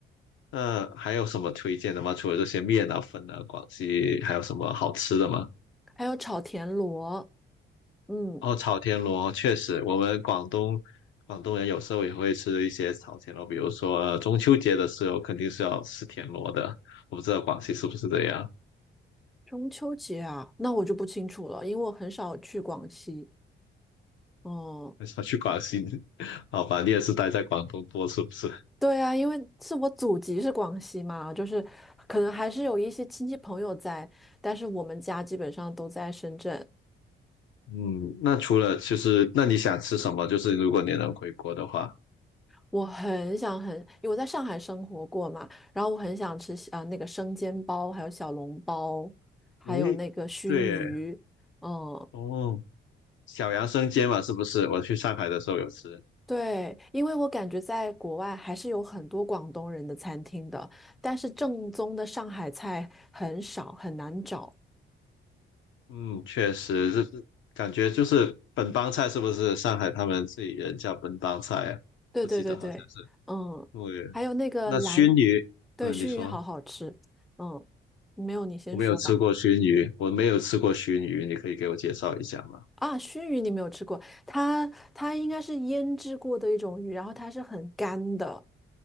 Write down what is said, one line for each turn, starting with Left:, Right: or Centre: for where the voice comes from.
Left: 那还有什么推荐的吗？除了这些面啊、粉啊，广西还有什么好吃的吗？
Centre: 还有炒田螺，嗯，
Left: 哦，炒田螺，确实，我们广东广东人有时候也会吃一些炒田螺，比如说，呃，中秋节的时候肯定是要吃田螺的。我不知道广西是不是这样。
Centre: 中秋节啊，那我就不清楚了，因为我很少去广西，嗯。
Left: 很少去广西，<laughs> 好吧？你也是待在广东多，是不是？
Centre: 对啊，因为是我祖籍是广西嘛，就是可能还是有一些亲戚朋友在，但是我们家基本上都在深圳。
Left: 嗯，那除了就是，那你想吃什么？就是如果你能回国的话，
Centre: 我很想很，因为我在上海生活过嘛，然后我很想吃啊、呃那个生煎包，还有小笼包，还有那个熏鱼，
Left: 诶，对耶
Centre: 嗯。
Left: 哦，小杨生煎嘛，是不是？我去上海的时候有吃，
Centre: 对，因为我感觉在国外还是有很多广东人的餐厅的，但是正宗的上海菜很少，很难找。
Left: 嗯，确实就是感觉就是本帮菜，是不是？上海他们自己人叫本帮菜啊，
Centre: 对对对对，
Left: 我记得好像是。
Centre: 嗯，
Left: 对，
Centre: 还有那个蓝，
Left: 那熏鱼，
Centre: 对，
Left: 嗯，
Centre: 熏鱼好好吃，
Left: 你说
Centre: 嗯，没有你先说吧。
Left: 我没有吃过熏鱼，我没有吃过熏鱼，你可以给我介绍一下吗？
Centre: 啊，熏鱼你没有吃过，它它应该是腌制过的一种鱼，然后它是很干的，